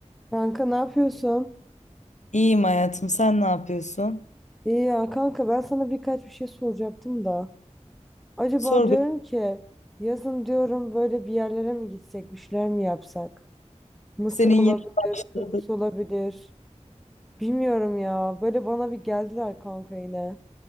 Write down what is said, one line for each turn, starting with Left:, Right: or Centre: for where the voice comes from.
Centre: Kanka ne yapıyorsun?
Left: İyiyim hayatım. Sen ne yapıyorsun?
Centre: İyi ya kanka ben sana birkaç bir şey soracaktım da. Acaba
Left: Sor
Centre: diyorum
Left: bir.
Centre: ki yazın diyorum böyle bir yerlere mi gitsek, bir şeyler mi yapsak? Mısır
Left: Senin
Centre: olabilir,
Left: yine başladı.
Centre: Kıbrıs olabilir. Bilmiyorum ya. Böyle bana bir geldiler kanka yine.